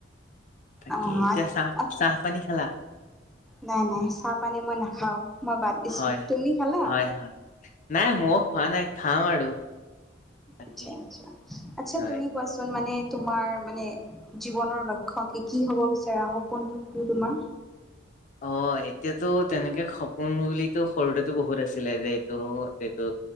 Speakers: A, on the left; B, in the centre.
A: তাকে
B: অ
A: এতিয়া চাহ চাহপানী খালা?
B: নাই নাই চাহ পানী মই নাখাও, মই বাদ দিছো
A: হয়
B: তুমি খালা?
A: হয় হয় নাই মও খোৱা নাই খাম আৰু, তাকেই
B: আচ্ছা আচ্ছা আচ্ছা
A: হয়
B: তুমি কোৱাচোন মানে তোমাৰ মানে জীৱনৰ লক্ষ্য কি কি হ'ব বিচাৰা সপোনটো কি তোমাৰ?
A: অ এতিয়াতো তেনেকে সপোন বুলিতো সৰুতে টো বহুত আছিলে যে এইটো, হেটো